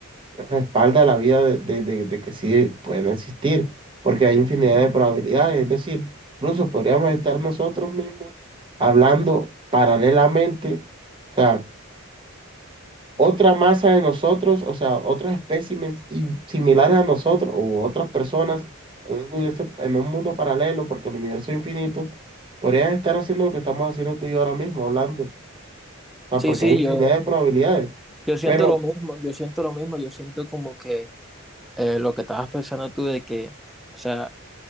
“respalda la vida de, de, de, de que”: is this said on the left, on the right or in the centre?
Right